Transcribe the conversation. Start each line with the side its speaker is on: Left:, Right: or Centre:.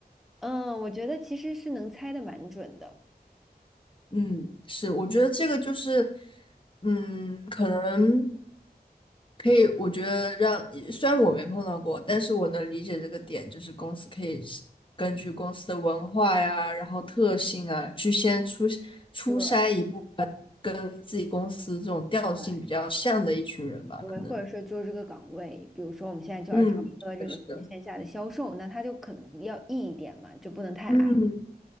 Centre: 嗯，我觉得其实是能猜的蛮准的。
Left: 嗯，是，我觉得这个就是，嗯，可能可以，我觉得让，虽然我没碰到过，但是我能理解这个点，就是公司可以是根据公司的文化呀，然后特性啊，去先出出筛一部
Centre: 对
Left: 跟自己公司这种调性比较像的一群人吧，
Centre: 对对，
Left: 可能。
Centre: 或者说做这个岗位，比如说我们现在就要招一个这个线下的销售，
Left: 嗯，是的，
Centre: 那他就可能要 E 一点嘛，就不能太矮。
Left: 嗯，